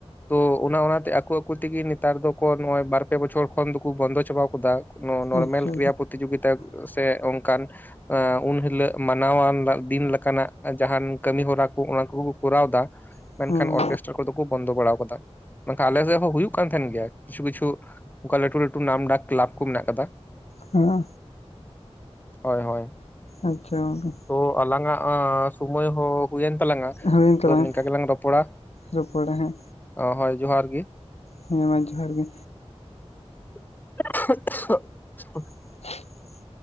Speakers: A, on the left; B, on the left.
A: ᱛᱚ ᱚᱱᱟ ᱚᱱᱟᱛᱮ ᱟᱠᱚ ᱟᱠᱚ ᱛᱤᱜᱮ, ᱱᱮᱛᱟᱨ ᱫᱚ ᱱᱚᱜᱚᱭ ᱵᱟᱨ ᱯᱮ ᱵᱚᱪᱷᱚᱨ ᱠᱷᱚᱱ ᱫᱚᱠᱚ ᱵᱚᱱᱫᱚ ᱪᱟᱵᱟ ᱠᱟᱫᱟ ᱾ ᱱᱚᱨᱢᱮᱞ
B: ᱟᱪᱪᱷᱟ
A: ᱠᱨᱤᱭᱟ ᱯᱨᱚᱛᱤ ᱡᱳᱜᱤᱛᱟ ᱥᱮ ᱚᱱᱠᱟᱱ ᱩᱱᱦᱤᱞᱟᱹᱜ ᱢᱟᱱᱟᱣ ᱟᱱᱟ ᱫᱤᱱ ᱞᱮᱠᱟᱱᱟᱜ ᱡᱟᱦᱟᱱ ᱠᱟᱹᱢᱤ ᱦᱚᱨᱟ ᱠᱚ ᱚᱱᱟ ᱠᱚᱜ ᱠᱚ ᱠᱚᱨᱟᱣ ᱫᱟ ᱾
B: ᱦᱮᱸ
A: ᱢᱮᱱᱠᱷᱟᱱ ᱚᱨᱠᱮᱥᱴᱨᱟ ᱠᱚᱫᱚ ᱠᱚ ᱵᱚᱱᱫᱚ ᱵᱟᱲᱟ ᱠᱟᱫᱟ ᱾ ᱢᱮᱱᱠᱷᱟᱱ ᱟᱞᱮ ᱥᱮᱫ ᱦᱚᱸᱦᱳᱭᱩ ᱠᱟᱱ ᱛᱟᱦᱮᱱ ᱜᱮᱭᱟ ᱠᱤᱪᱷᱩ ᱠᱤᱪᱷᱩ ᱚᱝᱠᱟ ᱞᱟᱹᱴᱩ ᱞᱟᱹᱴᱩ ᱱᱟᱢ ᱰᱟᱠ ᱠᱞᱟᱯ ᱠᱚ ᱢᱮᱱᱟᱜ ᱠᱟᱫᱟ᱾
B: ᱦᱮᱞᱳ
A: ᱦᱳᱭ ᱦᱳᱭ
B: ᱟᱪᱪᱷᱟ ᱜᱚᱢᱠᱮ᱾
A: ᱛᱚ ᱟᱞᱟᱝ ᱥᱩᱢᱚᱭ ᱦᱳ ᱦᱩᱭᱮᱱ ᱛᱟᱞᱟᱝᱟ
B: ᱦᱳᱭᱮᱱ ᱛᱟᱞᱟᱝ
A: ᱛᱚ ᱱᱤᱛ ᱨᱚᱯᱚᱲᱟ
B: ᱨᱚᱯᱚᱲᱟ ᱦᱮᱸ
A: ᱚ ᱦᱳᱭ ᱡᱚᱦᱟᱨ ᱜᱮ᱾
B: ᱦᱮᱸ ᱢᱟ ᱡᱚᱦᱟᱨ ᱜᱮ᱾
A: <unintelligible>
B: <unintelligible>